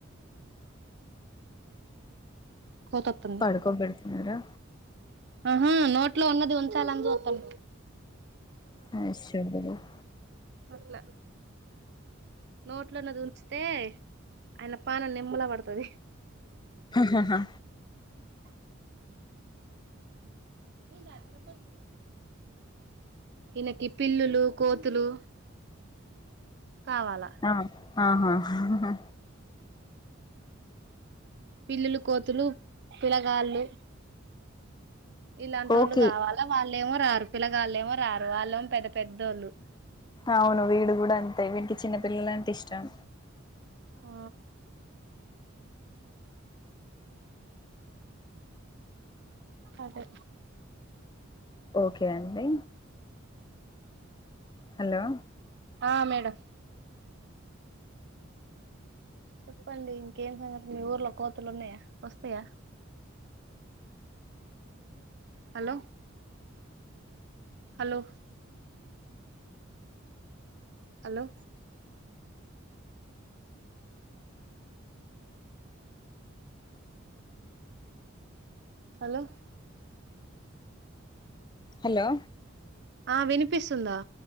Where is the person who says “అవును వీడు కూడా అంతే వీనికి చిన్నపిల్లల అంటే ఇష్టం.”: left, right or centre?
Left